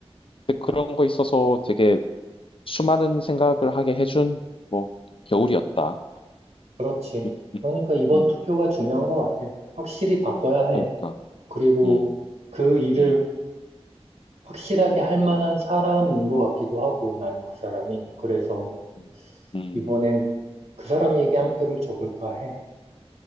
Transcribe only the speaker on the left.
근데 그런 거 있어서 되게 수많은 생각을 하게 해준 뭐 겨울이었다.
음,
음.
그러니까,
음,
음,
음, 음.